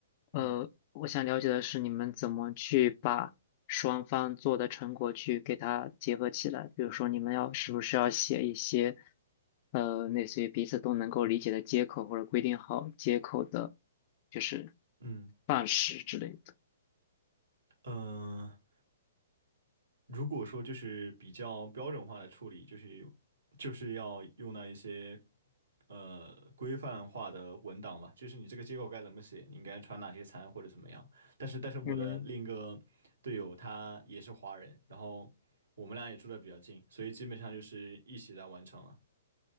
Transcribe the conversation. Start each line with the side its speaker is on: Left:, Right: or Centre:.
Left: 呃，
Right: 嗯
Left: 我想了解的是你们怎么去把双方做的成果去给它结合起来。比如说，你们要是不是要写一些，呃，类似于彼此都能够理解的接口，或者规定好接口的，就是
Right: 嗯
Left: 范式之类的。
Right: 嗯，呃如果说就是比较标准化的处理，就是就是要用到一些呃规范化的文档吧，就是你这个接口该怎么写，你应该传哪些参或者怎么样。但是但是我的另一个队友他也是华人，
Left: 嗯，
Right: 然后我们俩也住的比较近，所以基本上就是一起来完成了。